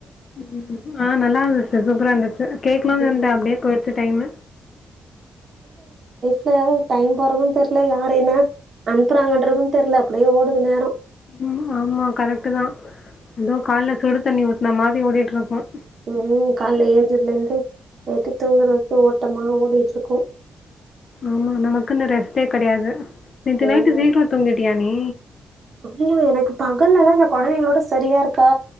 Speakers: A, on the left (about 55°); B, on the right (about 55°).
A: ம் ஆ நல்லா இருந்துச்சு சூப்பரா இருந்துச்சு கேக்குனுன்ருந்த
B: ம்.
A: அப்படியே போயிடுச்சு த டைம்
B: ல டைம் போறது தெர்ல யார் என்ன அனுப்புறாங்கன்றது தெர்ல அப்படியே ஓடுது நேரோ
A: ம் ஆமா கரெக்ட் தா எதோ கால்ல சுடு தண்ணி ஊத்ன மாரி ஓட்டிட்டுருக்கோம்
B: ம். காலைல ஏஞ்சதுலேருந்து நைட்டு தூங்குற வர்கு ஓட்டமா ஓடிட்டுருக்கோம்
A: ஆமா நமக்குன்னு ரெஸ்ட்டே கடையாது நேத்து
B: ம்.
A: நைட்டு சீக்கிரோ தூங்கிட்டிய நீ
B: ஆமா எனக்கு பகல்லல்லா இந்த குழந்தைங்களோட சரியா இருக்கா